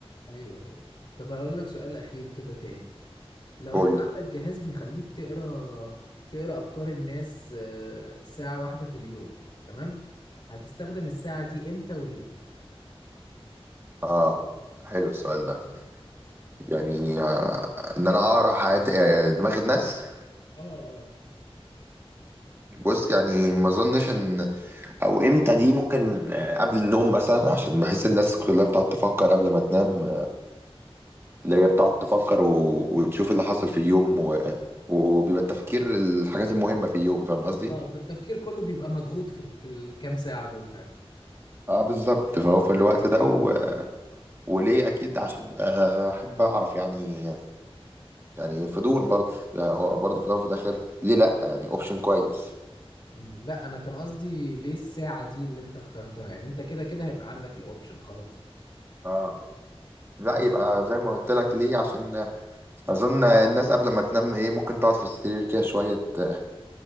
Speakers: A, on the left; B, on the right.
A: ايوه ايوه طب هقول لك سؤال اخير كده تاني لو
B: قول
A: انت عندك
B: لي
A: جهاز بيخليك تقرا تقرا افكار الناس آه، ساعة واحدة في اليوم تمام هتستخدم الساعة دي امتى وليه
B: اه حلو السؤال ده يعني آه ان انا اقرا حياة آه، دماغ الناس
A: اه اه
B: بص يعني ما اظنش ان او امتى دي ممكن آه، قبل النوم مثلا عشان بحس الناس كلها بتقعد تفكر قبل ما تنام اللي هي بتقعد تفكر و... وتشوف اللي حصل في اليوم و... وبيبقى التفكير الحاجات المهمة في اليوم فاهم قصدي؟
A: اه فالتفكير كله بيبقى مضغوط في ال- في الكام ساعة دول فعلا
B: اه بالظبط فهو في الوقت ده و... وليه اكيد عشان آه، احب اعرف يعني يعني فضول برضه يعني هو برضه في الاول وفي الاخر ليه لا يعني اوبشن كويس
A: مم، لا انا كان قصدي ليه الساعة دي اللي انت اخترتها يعني انت كده كده هيبقى عندك الاوبشن خلاص
B: اه لا
A: بس
B: يبقى زي ما قلت لك ليه عشان اظن الناس قبل ما تنام ايه ممكن تقعد في السرير كده شويه ت-